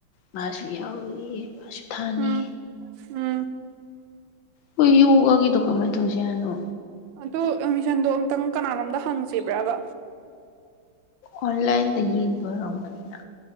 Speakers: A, on the left; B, on the right.
A: ꯃꯥꯁꯨ ꯌꯥꯎꯔꯤ ꯃꯥꯁꯨ ꯊꯥꯅꯤ
B: ꯎꯝ ꯎꯝ
A: ꯍꯣꯏ ꯌꫭꯒꯒꯤꯗꯨꯣ ꯀꯃꯥꯏ ꯇꯧꯁꯤ ꯍꯥꯏꯅꯣ
B: ꯑꯗꯨ ꯑꯦꯠꯃꯤꯁꯟꯗꯣ ꯑꯝꯛꯇꯪ ꯀꯅꯥꯅꫭꯝꯗ ꯍꯪꯁꯤꯕ꯭ꯔꯕ
A: ꯑꯣꯟꯂꯥꯏꯟꯗ ꯌꯦꯡꯗꫭꯏꯔꯝꯒꯅꯤꯅ